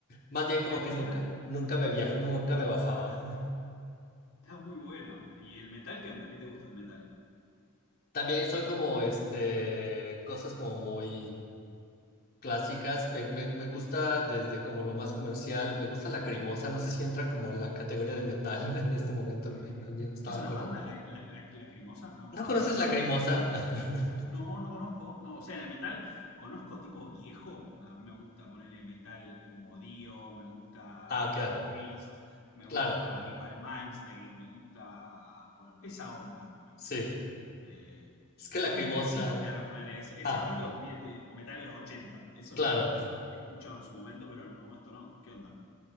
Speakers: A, on the left (about 45°); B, on the left (about 75°).
A: Más bien
B: Es
A: como
B: emocional.
A: que nunca, nunca me via- nunca me bajaba.
B: Está muy bueno. ¿Y el metal qué onda? ¿Qué te gusta el metal?
A: También soy como, este, cosas como muy clásicas. Me, me, me gusta desde como lo más comercial. Me gusta la cremosa. No sé si entra como en la categoría de metal <laughs> en este momento. Me, me- me estaba
B: ¿Qué es una
A: acordando.
B: banda? ¿La, la, la- lacrimosa? No.
A: ¿No conoces la cremosa? <laughs>
B: No, no conozco. No, o sea, en el metal conozco tipo viejo. A mí me gusta ponerle metal como Dio, me gusta
A: Ah, ok,
B: Judas Priest, me gusta
A: Claro.
B: Ibai Malmsteen, me gusta. Bueno, esa onda me gusta
A: Sí.
B: a mí. De
A: Es que la
B: Twisted
A: cremosa.
B: Sister, ponerle ese, ese
A: Ah,
B: estilo de- de- metal de los ochenta, Eso
A: claro.
B: es lo que yo he escuchado en su momento, pero no, esto no. ¿Qué onda?